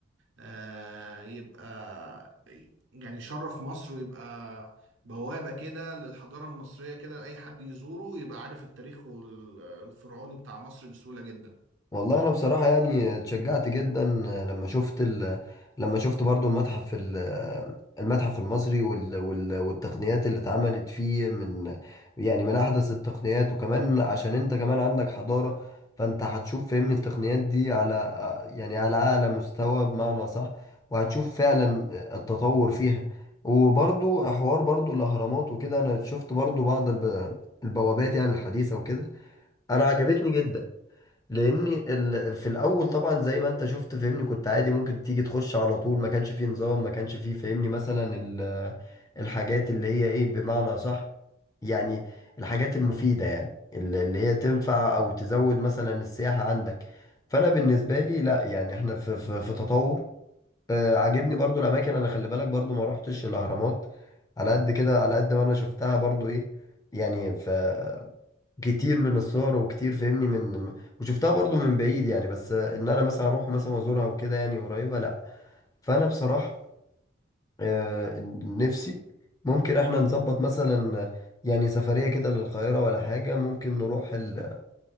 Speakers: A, on the right (about 70°); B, on the left (about 20°).
A: آه يبقى يعني شرف مصر ويبقى بوابة كده للحضارة المصرية كده لأي حد يزوره يبقى عارف التاريخ وال- الفرعوني بتاع مصر بسهولة جدا
B: والله انا بصراحه يعني اتشجعت جدا لما شفت ال... لما شفت برضو المتحف ال... المتحف المصري وال... وال... والتقنيات اللي اتعملت فيه من يعني من احدث التقنيات وكمان عشان انت كمان عندك حضاره فانت هتشوف فهمني التقنيات دي على يعني على اعلى مستوى بمعنى صح وهتشوف فعلا التطور فيها وبرضو حوار برضو الاهرامات وكده انا شفت برضو بعض الب... البوابات يعني الحديثه وكده انا عجبتني جدا لاني ال... في الاول طبعا زي ما انت شفت فهمني كنت عادي ممكن تيجي تخش على طول ما كانش فيه نظام ما كانش فيه فهمني مثلا ال... الحاجات اللي هي ايه بمعنى صح يعني الحاجات المفيدة يعني ال- اللي هي تنفع او تزود مثلا السياحة عندك فانا بالنسبة لي لا يعني احنا في في, في تطور آه عاجبني برضو الاماكن انا خلي بالك برضو ما روحتش الاهرامات على قد كده على قد ما انا شفتها برضو ايه يعني في كتير من الصور وكتير فاهمني من وشفتها برضو من بعيد يعني بس ان انا مثلا اروح مثلا ازورها وكده يعني قريبة لا فانا بصراحة آه، نفسي ممكن احنا نظبط مثلا يعني سفرية كده للقاهرة ولا حاجة ممكن نروح ال...